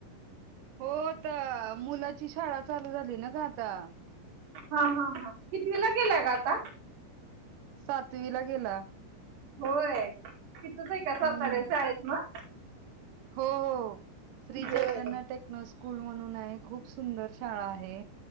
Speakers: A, on the right; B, on the right.
A: हो आता मुलाची शाळा चालू झाली ना ग! आता
B: हा हा हा कितवीला गेला ग आता?
A: सातवी ला गेला.
B: होय तीथच आहे
A: हम्म
B: का सातारा शाळेत मग
A: हो हो श्री
B: होय
A: चैतन्य टेकनो स्कूल म्हणून हाय. खूप सुंदर शाळा आहे.